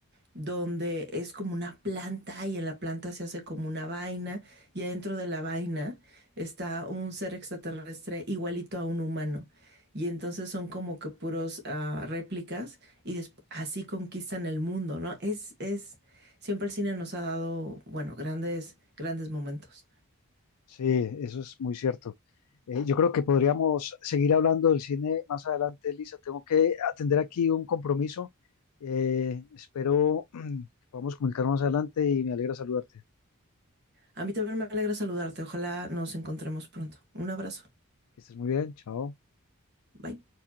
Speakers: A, on the right (about 50°); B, on the left (about 85°).
A: donde es como una planta y en la planta se hace como una vaina y adentro de la vaina está un ser extraterrestre igualito a un humano. Y entonces son como que puros ah, réplicas y des- así conquistan el mundo, ¿no? Es, es, siempre el cine nos ha dado, bueno, grandes, grandes momentos.
B: Sí, eso es muy cierto. Eh, yo creo que podríamos seguir hablando del cine más adelante, Elisa. Tengo que atender aquí un compromiso. Eh, espero mm, que podamos comunicarnos más adelante y me alegra saludarte.
A: A mí también me alegra saludarte. Ojalá nos encontremos pronto. Un abrazo.
B: Que estés muy bien. Chao.
A: Bye.